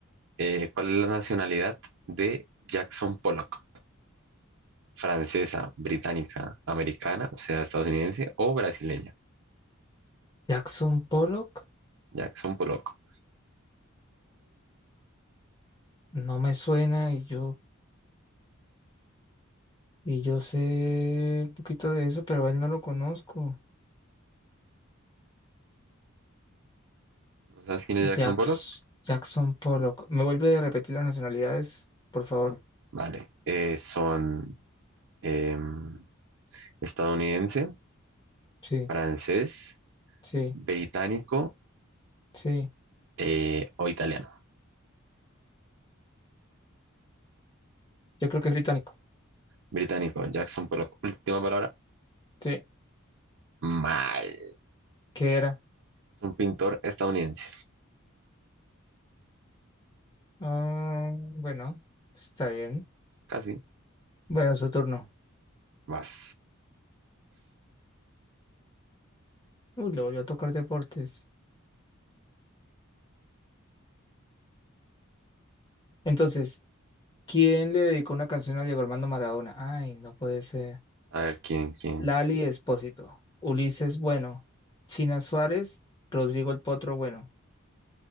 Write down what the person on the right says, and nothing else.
Eh, ¿cuál es la nacionalidad de Jackson Pollock? ¿Francesa, británica, americana, o sea, estadounidense o brasileña?
Jackson Pollock.
¿No sabes quién es Jackson
Pollock?
Vale. Eh, son em, estadounidense,
francés,
británico
eh, o italiano.
Británico, Jackson Pollock. Última palabra,
mal.
Es un pintor estadounidense.
Casi.
Vas.
A ver quién, quién.